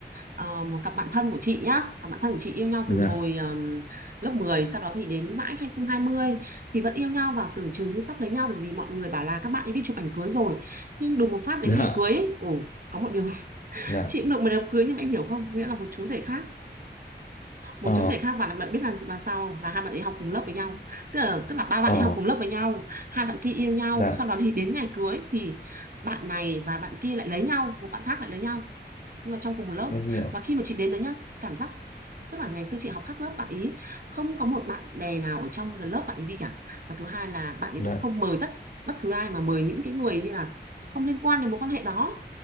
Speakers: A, on the right (about 50°); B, on the left (about 45°).
A: ờ, một cặp bạn thân của chị nhá cặp bạn thân của chị yêu nhau
B: dạ
A: từ hồi um, lớp 10, sau đó thì đến mãi 2020 thì vẫn yêu nhau và tưởng chừng như sắp lấy nhau bởi vì mọi người bảo là các bạn ấy đi chụp ảnh cưới rồi nhưng đùng một phát đến
B: dạ
A: ngày cưới ấy, ồ có một điều <laughs>
B: Dạ.
A: chị cũng được mời đám cưới nhưng mà em hiểu không nghĩa là một chú rể khác một
B: ờ
A: chứng xảy khác và bạn biết là là sao không là hai bạn ấy học cùng lớp với nhau tức là tức là ba bạn
B: ờ
A: ấy học cùng lớp với nhau hai bạn kia yêu nhau
B: dạ
A: sau đó thì đến ngày cưới thì bạn này và bạn kia lại lấy nhau một bạn khác lại lấy nhau nhưng mà trong cùng một lớp
B: em hiểu
A: mà khi mà chị đến đấy nhá cảm giác tức là ngày xưa chị học khác lớp bạn ý không có một bạn bè nào ở trong cái lớp bạn ý đi cả và thứ hai là bạn ấy
B: dạ
A: cũng không mời tất bất cứ ai mà mời những cái người như là không liên quan đến mối quan hệ đó ấy.